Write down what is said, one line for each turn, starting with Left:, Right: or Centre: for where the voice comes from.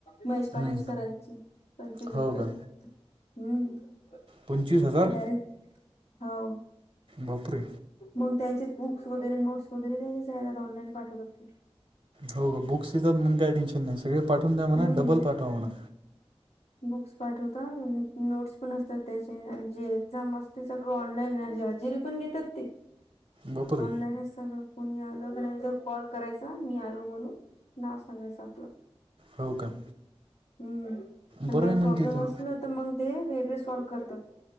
Left: महेश पाटील
Right: हम्म.
Left: सरांची पंचवीश हजारांची
Right: हो का
Left: हम्म
Right: पंचवीस हजार
Left: डायरेक्ट हाउ
Right: बापरे
Left: मंग त्याचेच बुक्स वगैरे नोट्स वगैरे त्याच्याच ऑनलाईन पाठवतात ते
Right: हो ग बुक्स देतात म्हण काय टेन्शन नाही सगळे पाठवून द्या म्हणा
Left: हम्म
Right: डबल पाठवा म्हणा
Left: बुक्स पाठवतात नोट्स पण असतात त्याचे आणि जे एक्झाम असते सगळ ऑनलाईन री पण घेतात ते
Right: बापरे
Left: ऑनलाईनच सगळं कोणी आलं क नाही तर कॉल करायचा मी आलो म्हणून नाव सांगायचं आपलं
Right: हो का
Left: हम्म पण
Right: बरं
Left: काही
Right: आहे मग
Left: प्रॉब्लेम
Right: तिथं
Left: असला तर मंग ते वेगळे सॉल्व करतात